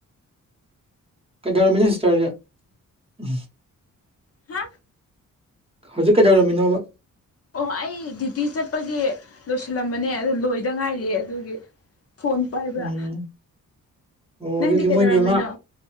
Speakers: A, on the right (about 15°); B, on the left (about 45°).
A: ꯀꯩꯗꯧꯔꯝꯃꯤꯅꯤ ꯁꯇꯔꯁꯦ ꯎꯝ
B: ꯍꯥ
A: ꯍꯧꯖꯤꯛ ꯀꯩꯗꯧꯔꯝꯃꯤꯅꯣꯕ
B: ꯑꯣ ꯑꯩ ꯗ꯭ꯌꯨꯇꯤ ꯆꯠꯄꯒꯤ ꯂꯣꯏꯁꯤꯜꯂꯝꯕꯅꯦ ꯑꯗꯨ ꯂꯣꯏꯗ ꯉꯥꯏꯔꯤ ꯑꯗꯨꯒꯤ ꯐꯣꯟ ꯄꯥꯏꯕ꯭ꯔ
A: ꯎꯝ ꯑꯣ
B: ꯅꯪꯗꯤ
A: ꯑꯗꯨꯗꯤ
B: ꯀꯩꯗꯧꯔꯝꯃꯤꯅꯣ
A: ꯃꯣꯏꯒꯤ ꯑꯃ